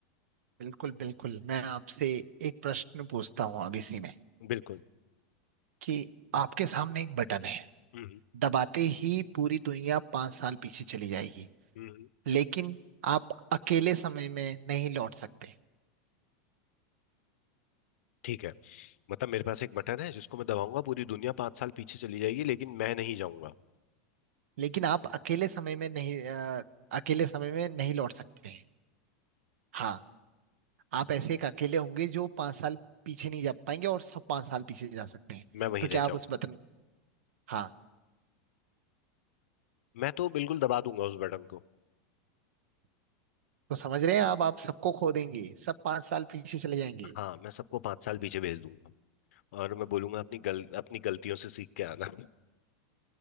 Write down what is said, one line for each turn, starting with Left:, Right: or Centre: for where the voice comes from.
Right: बिल्कुल बिल्कुल मैं आपसे एक प्रश्न पूछता हूँ अब इसी में
Left: बिल्कुल
Right: कि आपके सामने एक बटन है
Left: हम्म
Right: दबाते ही पूरी दुनिया पांच साल पीछे चली जाएगी
Left: हम्म,
Right: लेकिन आप अकेले समय में नहीं लौट सकते
Left: ठीक है मतलब मेरे पास एक बटन है जिसको मैं दबाऊंगा पूरी दुनिया पांच साल पीछे चली जाएगी लेकिन मैं नहीं जाऊंगा
Right: लेकिन आप अकेले समय में नहीं अ, अकेले समय में नहीं लौट सकते हैं हाँ आप ऐसे एक अकेले होंगे जो पांच साल पीछे नहीं जा पाएंगे और सब पांच साल पीछे जा सकते हैं
Left: मैं वहीं
Right: तो क्या
Left: रह
Right: आप
Left: जाऊं
Right: उस बटन हाँ
Left: मैं तो बिल्कुल दबा दूंगा उस बटन को
Right: तो समझ रहे हैं आप आप सबको खो देंगे सब पांच साल पीछे चले जाएंगे
Left: हाँ मैं सबको पांच साल पीछे भेज दूंगा और मैं बोलूंगा अपनी गल अपनी गलतियों से सीख के आना